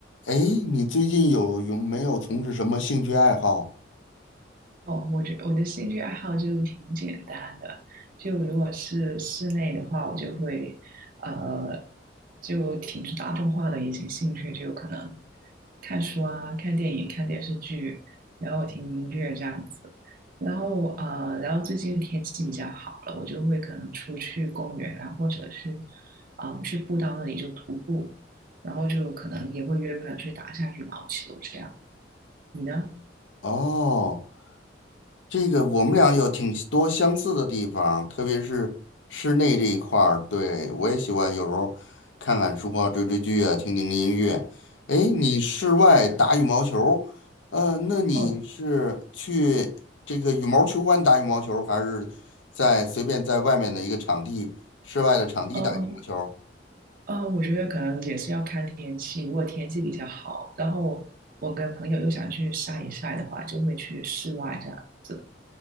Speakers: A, on the left (about 85°); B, on the right (about 50°).
A: 哎，你最近有有没有从事什么兴趣爱好？
B: 哦，我觉我的兴趣爱好就挺简单的，就如果是室内的话，我就会呃，就挺大众化的一些兴趣，就可能看书啊、看电影、看电视剧，然后听音乐这样子。
A: 嗯
B: 然后呃，然后最近天气比较好了，我就会可能出去公园啊，或者是嗯、呃去步道那里就徒步，然后就可能也会约朋友去打一下羽毛球这样。你呢？
A: 哦，这个我们俩有挺多相似的地方，特别是室内这一块儿。对，我也喜欢有时候看看书啊，追追剧啊，听听音乐。哎，你室外打羽毛球，呃，那你是去这个羽毛球馆打羽毛球，
B: 哦。
A: 还是在随便在外面的一个场地，室外的场地打羽毛球？
B: 哦，呃，我觉得可能也是要看天气。如果天气比较好，然后我跟朋友又想去晒一晒的话，就会去室外这样子。